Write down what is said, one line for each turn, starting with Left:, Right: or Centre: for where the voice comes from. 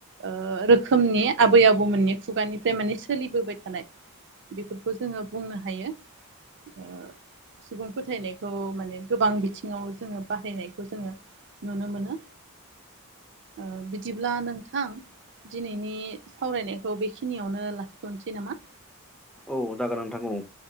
Right: ओ रोखोमनि आबै आबौमोननि खुगानिफ्राय माने सोलिबोबाय थानाय। बेफोरखौ जोङो बुंनो हायो ओ सुबुं फोथायनायखौ माने गोबां बिथिङाव जोङो बाहायनायखौ जोङो नुनो मोनो ओ बिदिब्ला नोंथां दिनैनि सावरायनायखौ बेखिनियावनो लाखिथ'नोसै नामा?
Centre: औ जागोन नोंथां औ